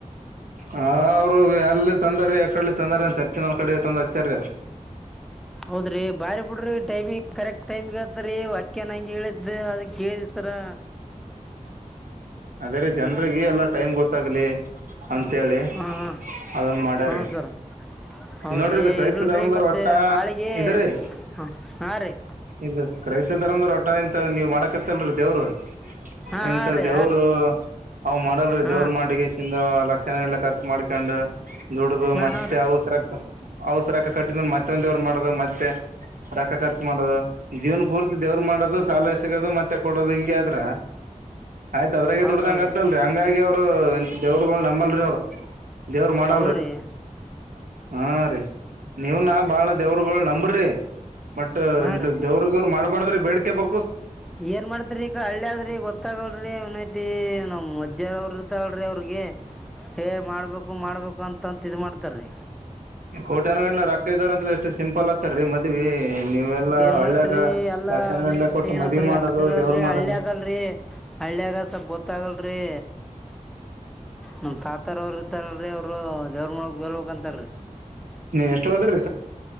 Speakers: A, on the right (about 85°); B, in the centre.
A: ಹಾ ಯಾರಲ್ಲಿ ತಂದಾರ ಯ ಕಡೆ ತಂದಾರ ಅ ಚರ್ಚಿನ ಒ ಕಡೆ ತಂದ ಆಚಾರಿ
B: ಹೌದ್ರಿ ಬಾರಿ ಬಿಡ್ರಿ ಟೈಮಿಂಗ್ ಕರೆಕ್ಟ್ ಟೈಮ್ಗೆತ್ರರಿ ವಾಕ್ಯ ನಂಗೆ ಹೇಳಿದ್ದ ಅದ ಕೇಳಸರ <inaudible>
A: ಅದ್ರ ಜನ್ರಿಗೆ ಎಲ್ಲ ಟೈಮ್ ಗೊತ್ತಾಗ್ಲಿ ಅಂತೇಳಿ
B: ಹಾಂ ಹಾಂ
A: ಅದನ್ ಮಾಡ್ಯ್ರೀ
B: ಹ್ಞೂ ಸರ ಹೌದ್ರಿ
A: ನೋಡ್ರಿ ಕ್ರೈಸ್ತ
B: ಇರಲ್ರಿ
A: ಧರ್ಮದ್ರ
B: ಮತ್ತೆ
A: ಒಟ್ಟ
B: ನಾಳೆಗೆ
A: ಇದರಿ
B: ಹಾಂ ಹಾಂ ರೀ
A: ಇದು ಕ್ರೈಸ್ತ ಧರ್ಮದ ರೊಟ್ಟ ಊ ಇಂತ ನೀ ಮಾಡಕತ್ತಲ್ರೀ ದೇವ್ರು
B: ಹಾಂ
A: ಇಂತ
B: ಹಾಂ ರೀ
A: ದೇವರು ಅವ್ ಮಾಡಲ್ರಿ
B: ಹಾಂ
A: ದೇವ್ರ ಮಾಡ ಲಕ್ಷಣಲ್ಲ ಖರ್ಚ ಮಾಡ್ಕೊಂಡ್ ದುಡ್ದ
B: ಹಾಂ
A: ಮತ್ತೆ
B: ಹಾಂ ಹಾಂ ರೀ
A: ಅವಸರಕ್ಕ ಅವಔಸರಕ್ಕೆ ಕಟ್ಟಿದ ಮತ್ತೆ ಒಂದ ಮಾಡದು ಮತ್ತೆ ರಕ್ಕ ಖರ್ಚು ಮಾಡೋದು ಜೀವನ್ ಪೂರ್ತಿ ದೇವ್ರ ಮಾಡೋದು ಸಾಲ ಸಿಗೋದು ಮತ್ತೆ ಮೆ ಕೊಡೋದು ಹಿಂಗ ಆದ್ರ ಆಯ್ತ ಅದ್ರಾಗೆ
B: ಹೌದು
A: ದುಡ್ದ ಹಂಗ
B: ಹೌದು
A: ಆತ್ತತಲ್ರರಿ
B: ರೀ
A: ಹಂಗಾಗಿ ಅವ್ರು ಎ ದವರುಗಳು ನಮ್ಮಲ್ರಿ ಅವರು ರ್ ಮಾಡಡಾಲ
B: ಹೌದು
A: ರ
B: ರೀ
A: ಹಾ ರೀ ನೀವ್ ನ ಬಾಳ ದೇವರುಗಳು ನಂಬ ್ರಿ ಬಟ್
B: ಹಾಂ
A: ಇಂ
B: ರೀ
A: ದೇವ್ರಗವ್ರು ಮಾಡ್ಬಾರಡ್ದ್ರೆ ಬೇಡ್ಿಕೆ ಬು
B: ಏನ್ ಮಾಡ್ತರಿ ಈಗ ಹಳ್ಳಿ ಆದ್ರಿ ಗೊತ್ತಾಗಲ್ರಿ ನಮ್ ಮಜ್ಜಾರ ಅವ್ರ ಇರ್ತಲ್ೀ ಅವ್ರಿಗೆ ಏ ಮಾಡ್ಬೇಕು ಮಾಡ್ಬೇಕು ಅಂತಂತ ಇದ್ ಮಾಡ್ತಾರೀ
A: ೋಟೆನ ಕಲ್ಲ ರ ಹ ಇದಾರ ಅಂದ್ರ ಎಷ್ಟು ಸಿಂಪಲ್ ಆತಾರೀ ಮದ್ವಿ ನೀವೆಲ್ಲಾ
B: ಇದ್ ಏನ್
A: ಹಳ್ಳ್ಯಾಗ
B: ಮಾಡ್ತ್ರಿ ಎಲ್ಲಾ
A: ಲಕ್ಷಾನ
B: ಅವನ
A: ಗಂಟ್ಲೆ ಕೊಟ್ಟು ಮದ್ವಿ
B: ನ್ ಕಡೆ
A: ಮಾಡೋದು
B: ಆತಿರದ್ರಿ
A: ದೇವ್ರ ಮಾಡೋದು
B: ಹಳ್ಳಿ ಅದಲ್ರರಿ ಹಳ್ಳಿಯಾಗ ಸ್ವಲ್ ಗೊತ್ತಾಗಲ್ರಿ ನಮ ತಾತರ ಅವರು ಇರ್ತಾರಲ್ರರಿ ಅವರು ದೇವ್ರ ಮೊಳಗ್ ಲ್ಬೇಕಂತಾರರಿ
A: ನೀ ಎಷ್ಟು ಹೋದ್ರೀ